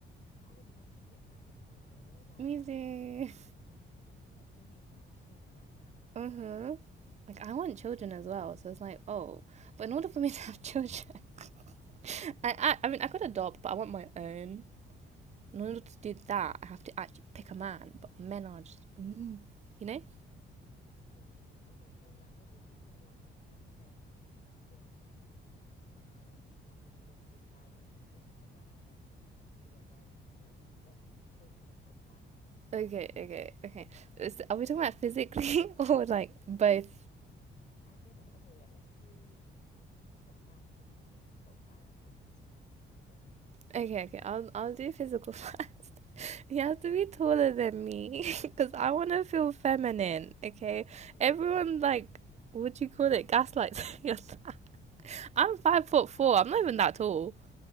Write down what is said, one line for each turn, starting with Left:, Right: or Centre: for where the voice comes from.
Left: I would love to get married one day, like,
Right: Music.
Left: but I just think there's not many options right now.
Right: Uh-huh. Like I want children as well, so it's like, oh, but in order for me <laughs> to have children, <laughs> I, I I mean I could adopt, but I want my own.
Left: Yeah.
Right: In order to do that, I have to actually pick a man, but men are just, mm, you know?
Left: It's weird. Okay, so like what would you say are like your top 10 things for marriage? Like if you were to decide, okay, this is the man I want to get married to. Let- Let's say even top five.
Right: Okay, okay, okay. Is- are we talking about physically <laughs> or like both?
Left: I guess, okay, yeah, let's do maybe top five physically and top five just in general.
Right: Okay, okay. I'll I'll do physical <laughs> first. He has to be taller than me <laughs> because I
Left: Yeah,
Right: want to feel feminine. Okay,
Left: 100%.
Right: everyone like what do you call it? Gaslights <laughs> me on that. I'm five
Left: Nah,
Right: foot four.
Left: I think
Right: I'm not
Left: that's,
Right: even that tall.